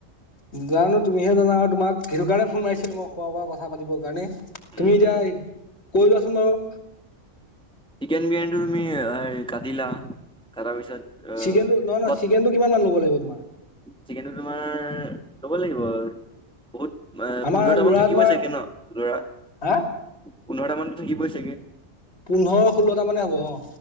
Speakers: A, on the left (about 60°); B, in the centre.
A: জানোঁ তুমিহে জানা আৰু তোমাক সেইটো কাৰণে ফোন মাৰিছিলোঁ। মই খোৱা বোৱা কথা পাতিবৰ কাৰণে।
B: উম
A: তুমি এতিয়া
B: উম
A: কৈয় লোৱাচোন বাৰু।
B: চিকেন বিৰিয়ানীটো তুমি কাটিলা কাটাৰ পিছত আহ
A: চিকেনটো নহয় নয়
B: কত
A: চিকেনটো কিমান মান ল'ব লাগিব তোমাৰ।
B: চিকেনটো তোমাৰ ল'ব লাগিব আৰু বহুত
A: আমাৰ
B: পোন্ধৰটা
A: ল'ৰা
B: মান থাকিবই
A: তোমাৰ
B: চাগে ন লৰা
A: হা
B: পোন্ধৰটা মানতো থাকিবই চাগে।
A: পোন্ধৰ ষোল্ল মান হ'বঁ।